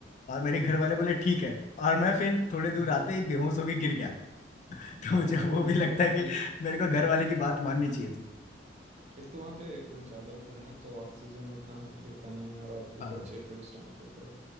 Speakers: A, on the left; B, on the right.
A: और मेरे घर वाले बोले ठीक है और मैं फिर थोड़े दूर
B: हम्म
A: आते ही बेहोश होके गिर गया <laughs>
B: <laughs>
A: तो मुझे वो
B: वही
A: भी लगता है
B: ऑब्वियस
A: कि मेरे को घर वाले की बात माननी चाहिए थी
B: एक तो वहाँ पे वो ज़्यादा ऊपर है ना तो ऑक्सीजन उतना है तो होता नहीं है और आप
A: हाँ
B: बच्चे थे उस टाइम तो फिर